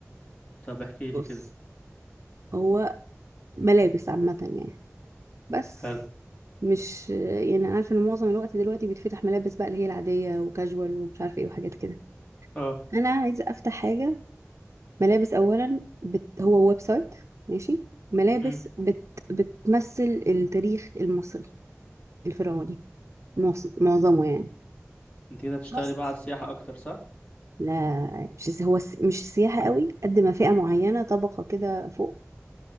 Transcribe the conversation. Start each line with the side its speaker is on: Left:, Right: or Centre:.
Left: طب احكي لي
Right: بص
Left: كده
Right: هو ملابس عامة يعني بس
Left: حلو
Right: مش يعني عارفة إن معظم الوقت دلوقتي بيتفتح ملابس بقى اللي هي العادية وكاجوال ومش عارفة إيه وحاجات كده
Left: اه
Right: أنا عايزة أفتح حاجة ملابس أولا بت... هو ويب سايت ماشي ملابس
Left: امم
Right: بت... بتمثل التاريخ المصري الفرعوني معص- معظمه يعني
Left: انت كده هتشتغلي
Right: بس
Left: بقى على السياحه اكتر صح
Right: لا مش الس- هو الس- مش السياحة قوي قد ما فئة معينة طبقة كده فوق